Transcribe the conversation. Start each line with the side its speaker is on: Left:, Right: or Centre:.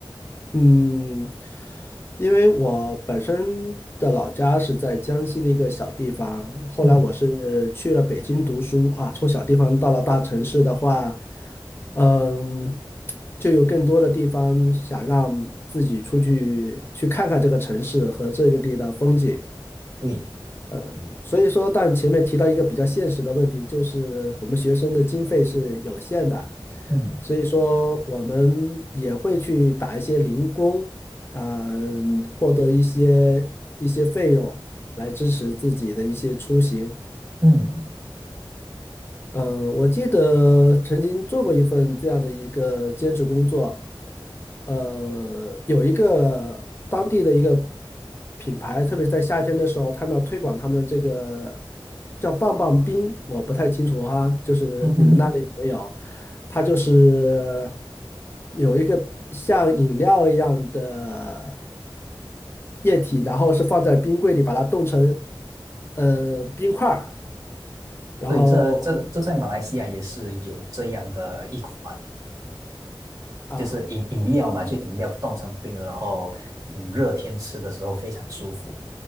Left: 嗯，因为我本身的老家是在江西的一个小地方，后来我是去了北京读书啊，
Right: 嗯，
Left: 从小地方到了大城市的话，嗯，就有更多的地方想让自己出去去看看这个城市和这个地的风景。
Right: 对，
Left: 嗯，所以说，但前面提到一个比较现实的问题，就是我们学生的经费是有限的，
Right: 嗯
Left: 所以说我们也会去打一些零工，啊、获得一些一些费用来支持自己的一些出行。
Right: 嗯
Left: 呃，我记得曾经做过一份这样的一个兼职工作，呃，有一个当地的一个品牌，特别是在夏天的时候，他们要推广他们的这个叫棒棒冰，我不太清楚哈，就是你们那里有没有？
Right: 嗯哼，
Left: 它就是有一个像饮料一样的液体，然后是放在冰柜里，把它冻成呃冰块儿，然后。
Right: 对，这这这在马来西亚也是有这样的一款，
Left: 啊。
Right: 就是饮饮料嘛，就饮料冻成冰了，然后嗯热天吃的时候非常舒服。